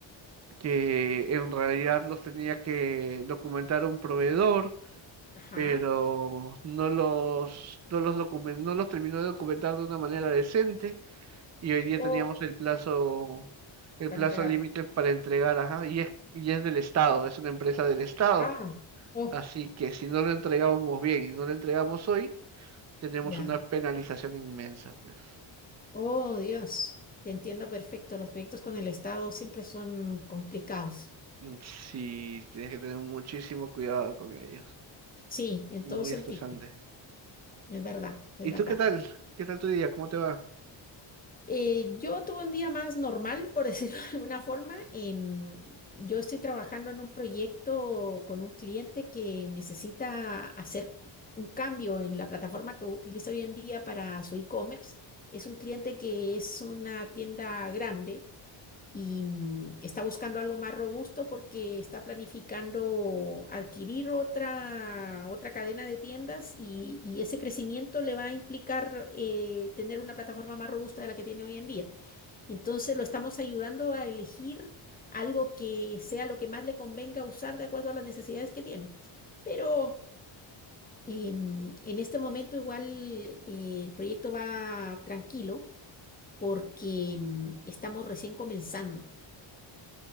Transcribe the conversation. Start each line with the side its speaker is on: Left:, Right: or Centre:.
Right: que en realidad los tenía que documentar un proveedor,
Left: ajá.
Right: pero no los, no los documen- no los terminó de documentar de una manera decente. y hoy día
Left: Oh,
Right: teníamos el plazo, el
Left: para
Right: plazo
Left: entregarlo.
Right: límite para entregar, ajá, y es, y es del Estado, es una empresa del Estado.
Left: Ah, oh,
Right: Así que si no lo entregábamos bien y no lo entregamos hoy, tenemos
Left: ya.
Right: una penalización inmensa, pues.
Left: Oh, Dios, te entiendo perfecto. Los proyectos con el Estado siempre son complicados.
Right: Mm, Sí, tienes que tener muchísimo cuidado con ellos.
Left: Sí, en
Right: Muy
Left: todo sentido.
Right: estresante.
Left: Es verdad, es
Right: ¿Y
Left: verdad.
Right: tú qué tal? ¿Qué tal tu día? ¿Cómo te va?
Left: Eh, yo tuve un día más normal, por decirlo <laughs> de alguna forma. Em, yo estoy trabajando en un proyecto con un cliente que necesita hacer un cambio en la plataforma que utiliza hoy en día para su e-commerce. Es un cliente que es una tienda grande y mm, está buscando algo más robusto porque está planificando adquirir otra, otra cadena de tiendas y, y ese crecimiento le va a implicar eh, tener una plataforma más robusta de la que tiene hoy en día. Entonces lo estamos ayudando a elegir algo que sea lo que más le convenga usar de acuerdo a las necesidades que tiene. Pero em, en este momento igual eh, el proyecto va tranquilo porque em, estamos recién comenzando.